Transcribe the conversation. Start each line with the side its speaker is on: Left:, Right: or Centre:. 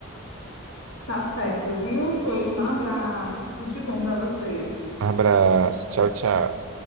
Left: Tá certo, viu? Pois um abraço. Tudo de bom para você.
Right: Abraço, tchau, tchau.